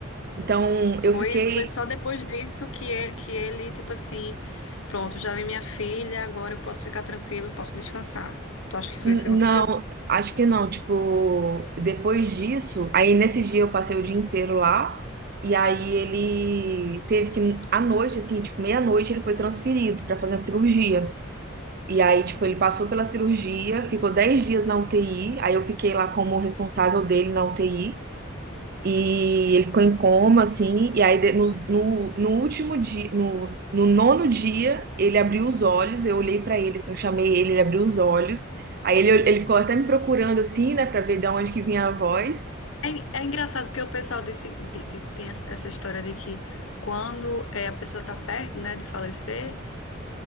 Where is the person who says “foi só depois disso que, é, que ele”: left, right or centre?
Left